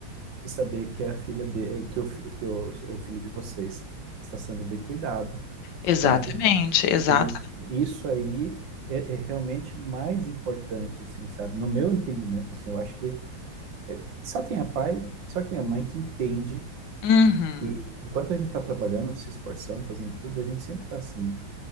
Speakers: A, on the right; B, on the left.
A: de saber que a filha de, que, o, fi- que o, o filho de vocês está sendo bem cuidado,
B: exatamente,
A: sabe?
B: exatamente.
A: Ele, isso aí é, é realmente mais importante, assim, sabe? No meu entendimento, assim, eu acho que só quem é pai, só quem é mãe que entende
B: Uhum,
A: que enquanto a gente está trabalhando, se esforçando, fazendo tudo, a gente sempre está assim.